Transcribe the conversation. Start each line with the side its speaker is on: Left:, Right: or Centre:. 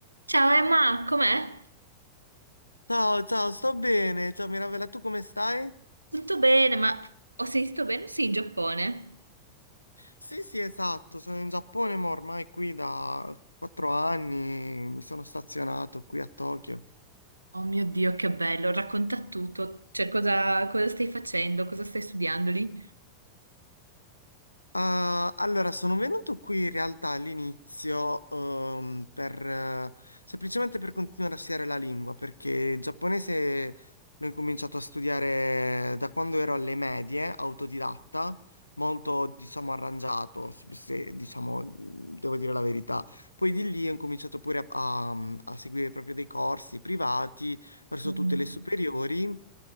Right: Ciao Emma, com'è?
Left: Ciao, ciao, sto bene. Ciao Mirabella, tu come stai?
Right: Tutto bene, ma ho sentito bene? Sì, in Giappone.
Left: Sì, sì, esatto, sono in Giappone, ma ormai qui da quattro anni mi sono stazionato qui a Tokyo.
Right: Oh mio Dio, che bello, racconta tutto. Cioè, cosa, cosa stai facendo? Cosa stai studiando lì?
Left: Ah, allora, sono venuto qui in realtà all'inizio ehm, per, eh, semplicemente per continuare a studiare la lingua, perché il giapponese l'ho incominciato a studiare da quando ero alle medie, autodidatta, molto, diciamo, arrangiato, se, se, diciamo, devo dire la verità. Poi di lì ho incominciato pure a, a a seguire proprio dei corsi privati verso
Right: Mm.
Left: tutte le superiori.